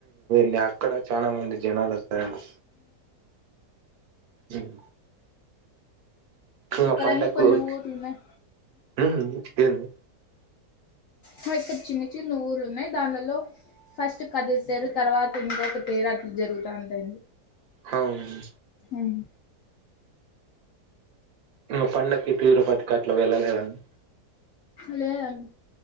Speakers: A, on the right; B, on the left.
A: మె అక్కడ చాలా మంది జనాలు ఒస్తారండి. ఊమ్ ఇగా
B: ఇక్కడన్నీ
A: పండకు
B: కొన్ని
A: ఊరికి
B: ఊర్లు ఉన్నాయి
A: ఊమ్ ఏన్
B: హ ఇక్కడ్ చిన్న చిన్న ఊర్లు ఉన్నాయి దానలో ఫస్ట్ కదిరి తేరు, తర్వాత ఇంకొక తేర్ అట్ జరుగుత ఉంటది.
A: హావ్న్
B: ఉమ్
A: ఇంకా పండక్కి తిరుపతికి అట్లా వెళ్ళలేదన్?
B: లే అండి